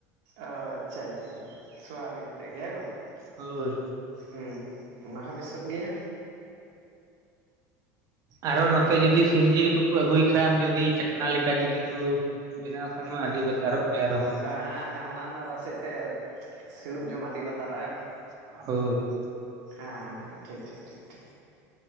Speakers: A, on the right; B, on the right.
A: ᱚ ᱟᱪᱪᱷᱟ -ᱟᱪᱪᱷᱟ ᱥᱚᱣᱟᱵᱤᱱ ᱟᱛᱮᱫ ᱜᱮ ᱦᱮᱸ ᱵᱟᱝ,
B: ᱦᱳᱭ
A: ᱦᱩᱸ ᱚᱱᱟ ᱦᱚᱸ ᱵᱮᱥᱚᱜ ᱜᱮᱭᱟ᱾
B: ᱟᱨᱚ ᱦᱚᱸ ᱱᱚᱛᱮ ᱡᱩᱫᱤ ᱥᱤᱢ ᱡᱤᱞ ᱠᱚᱠᱚ ᱟᱹᱜᱩᱭ ᱠᱷᱟᱱ ᱡᱩᱫᱤ ᱪᱟᱠᱷᱱᱟ ᱞᱮᱠᱟ ᱡᱩᱫᱤ ᱠᱩ ᱵᱮᱱᱟᱣ ᱠᱷᱟᱱ ᱢᱟ ᱟᱹᱰᱤ ᱵᱟᱛᱟᱨᱚᱜ ᱜᱮ ᱟᱨᱦᱚᱸ
A: ᱦᱮᱸ ᱦᱮᱸ ᱚᱱᱟ ᱨᱮᱱᱟᱜ ᱨᱟᱥᱮ ᱛᱮ ᱥᱤᱲᱩᱵ ᱡᱚᱢ ᱟᱹᱰᱤ ᱵᱟᱛᱟᱨᱚᱜᱟᱭ ᱦᱮ ᱵᱟᱝ,
B: ᱦᱚᱭ
A: ᱦᱮᱸᱦᱮᱸ ᱦᱮᱸᱻ ᱴᱷᱤᱠ ᱴᱷᱤᱠ ᱴᱷᱤᱠ ᱴᱷᱤᱠ